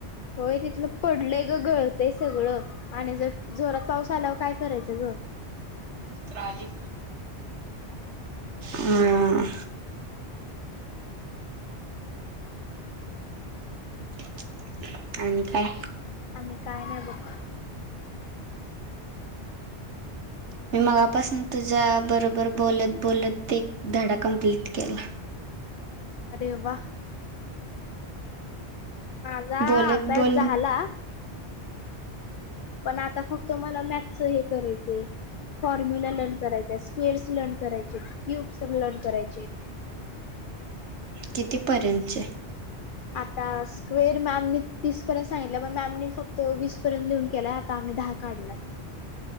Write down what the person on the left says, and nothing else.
होय. तिथलं पडलंय ग गळतंय सगळं आणि जर जोरात पाऊस आलावर काय करायचं ग?
म्हणुन- -
आणि काय नाही बक.
अरेववा माझा
अभ्यास
झाला पण आता फक्त मला मॅथच हे करायचंय फॉर्म्युला लर्न करायचा. स्क्वेअर्स लर्न करायचे. क्यूब्स लर्न करायचे.
आता स्क्वेर मॅमनी तीस पर्यंत सांगितलं पण मॅमनी फक्त वीस पर्यंत लिहून केलाय आ -- आम्ही दहा काढणार.